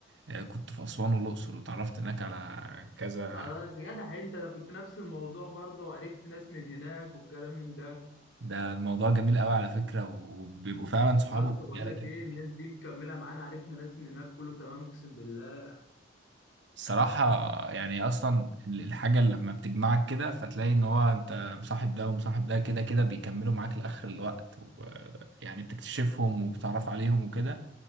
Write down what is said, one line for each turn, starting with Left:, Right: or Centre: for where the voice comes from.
Right: آه، كنت في اسوان والاقصر وتعرفت هناك على كذا
Left: اه جدع انت انا كنت نفس الموضوع برضه وعرفت ناس من هناك والكلام من ده
Right: ده الموضوع جميل قوي على فكره وبيبقوا فعلا صحابه
Left: يا اسطى بقول
Right: رجاله
Left: لك
Right: كده
Left: ايه الناس دي مكمله معانا عرفنا ناس من هناك كله تمام اقسم بالله
Right: الصراحة يعني أصلا الحاجة اللي لما بتجمعك كده فتلاقي إن هو أنت مصاحب ده ومصاحب ده كده كده بيكملوا معاك لآخر الوقت ويعني بتكتشفهم وبتعرف عليهم وكده